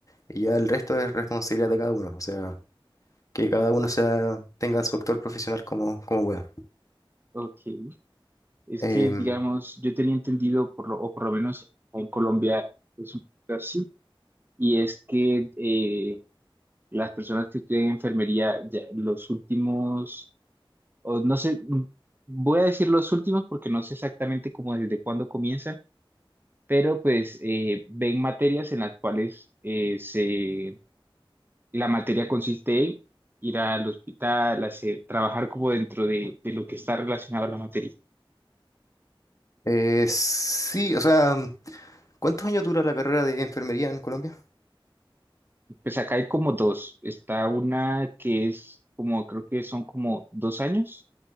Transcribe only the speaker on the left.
Y ya el resto es responsabilidad de cada uno, o sea, que cada uno sea, tenga su actor profesional como, como pueda.
Em,
eh, sí, o sea, ¿cuántos años dura la carrera de enfermería en Colombia?